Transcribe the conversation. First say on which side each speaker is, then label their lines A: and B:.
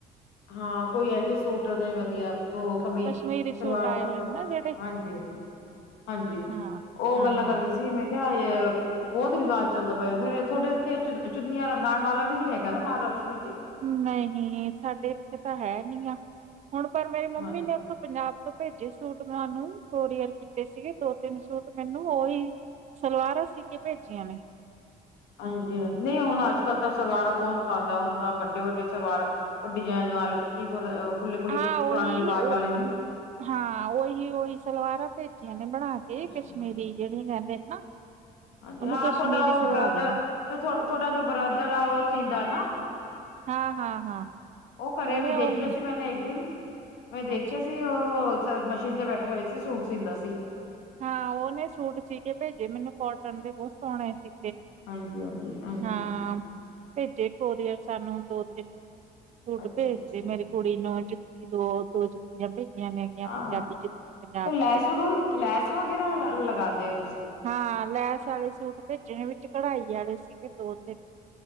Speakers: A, on the left; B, on the right.
A: ਹਾਂ, ਕੋਈ ਇਹ ਜੇ ਸੂਟਦਾ ਵਧੀਆ, ਉਹ ਕਬੀ,
B: ਕਸ਼ਮੀਰੀ ਸੂਟ
A: ਸਰਵਾਰ
B: ਆਏ
A: ਤੱਕ
B: ਹੋਏ ਨਾ ਜਿਹੜੇ
A: ਹਾਂਜੀ ਹ ਹਾਂਜੀ,
B: ਹਾਂ
A: ਉਹ
B: ਹਾਂ
A: ਗੱਲਾਂ
B: ਹਾਂ
A: ਕਰਦੇ ਸੀ ਮੈਂ ਕਿਹਾ ਬਹੁਤ ਰਿਵਾਜ਼ ਚੱਲਦਾ ਪਿਆ, ਫੇਰ ਥੋਡੇ ਇੱਥੇ ਚ, ਚੁੰਨੀਆਂ ਰੰਗਾਣ ਵਾਲਾ ਵੀ ਨੀ ਹੈਗਾ ਨਾ, ਮਹਾਰਾਸ਼ਟਰ ਵਿੱਚ?
B: ਨਹੀਂ, ਸਾਡੇ ਇੱਥੇ ਤਾਂ ਹੈ ਨੀ ਆ, ਹੁਣ ਪਰ ਮੇਰੀ ਮੰਮੀ
A: ਹਾਂਜੀ
B: ਨੇ ਉੱਥੋਂ ਪੰਜਾਬ ਤੋਂ ਭੇਜੇ ਸੂਟ ਮੈਂ ਉਹਨੂੰ, ਕੋਰੀਅਰ ਕੀਤੇ ਸੀਗੇ ਦੋ-ਤਿੰਨ ਸੂਟ ਮੈਨੂੰ, ਉਹੀ ਸਲਵਾਰਾਂ ਸੀਕੇ ਭੇਜੀਆਂ ਨੇ।
A: ਹਾਂਜੀ, ਹਾਂ, ਨਹੀਂ ਹੁਣ ਅੱਜ-ਕੱਲ ਤਾਂ ਸਰਵਾਰਾ ਕੌਣ ਪਾਂਦਾ ਹੁਣ ਤਾਂ ਵੱਡੇ-ਵੱਡੇ ਸਰਵਾਰ ਉਹ ਡਿਜਾਇਨ ਨਾਲ ਕੀ ਖੁੱਲੇ ਖੁੱਲੇ
B: ਹਾਂ,
A: ਪੁਰਾਣੇ
B: ਓਹੀ,
A: ਰਿਵਾਜ
B: ਉਹ
A: ਵਾਲੇ ਨੇ
B: ਹਾਂ, ਓਹੀ-ਓਹੀ ਸਲਵਾਰਾਂ ਭੇਜੀਆਂ ਨੇ ਬਣਾਕੇ
A: ਅੱਛਾ
B: ਕਸ਼ਮੀਰੀ। ਜਿਹੜੀਆਂ ਕਹਿੰਦੇ ਨੇ ਨਾ।
A: ਹਾਂਜੀ-ਹਾਂ,
B: ਉਹਨੂੰ ਕਸ਼ਮੀਰੀ
A: ਥੋਡਾ ਉਹ
B: ਸਲਵਾਰਾਂ
A: ਬ੍ਰਦਰ,
B: ਨੇ
A: ਜੋ ਤੁਹਾਡਾ ਜੋ ਬ੍ਰਦਰ ਆ ਉਹ ਸੀਂਦਾ ਨਾ।
B: ਹਾਂ-ਹਾਂ-ਹਾਂ
A: ਉਹ ਘਰੇ
B: ਉਹਨੇ
A: ਮੈਂ ਦੇਖਿਆ
B: ਉਹੀ
A: ਸੀ ਮੈਂਨੇ ਇਕ ਦਿਨ। ਮੈਂ ਦੇਖਿਆ
B: ਅੱਛਾ
A: ਸੀ ਉਹ ਮਸ਼ੀਨ ਤੇ ਬੈਠੇ ਹੋਏ ਸੀ, ਸੂਟ ਸੀਂਦਾ ਸੀ।
B: ਹਾਂ, ਉਹਨੇ ਸੂਟ ਸੀਕੇ ਭੇਜੇ ਮੈਨੂੰ ਕੋਟਨ ਦੇ, ਬਹੁਤ ਸੋਹਣੇ ਸੀ।
A: ਹਾਂਜੀ ਹਾਂਜੀ ਹਾਂਜੀ।
B: ਹਾਂ ਭੇਜੇ ਕੋਰੀਅਰ ਸਾਨੂੰ ਦੋ-ਤਿੰਨ ਸੂਟ
A: ਅੱਛਾ
B: ਭੇਜਤੇ,
A: ਅੱਛਾ
B: ਮੇਰੀ ਥੋੜੀ ਨ ਜੁੱਤੀ ਦੋ, ਦੋ ਜੁੱਤੀਆਂ ਭੇਜੀਆਂ ਨੇ ਗੀਆਂ
A: ਹਾਂ
B: ਪੰਜਾਬੀ ਜੁੱਤੀਆਂ ਪੰਜਾਬ'ਚ।
A: ਤੇ ਲੈਸ ਰੂ ਲੈਸ ਵਗੈਰਾ ਲ ਲਗਾਂਦੇ ਓ ਤੁਸੀਂ?
B: ਹਾਂ, ਲੈਸ ਵਾਲੇ ਸੂਟ ਭੇਜੇ ਨੇ, ਵਿੱਚ ਘਢਾਈ ਵਾਲੇ ਸੀਗੇ ਦੋ-ਤਿੰਨ।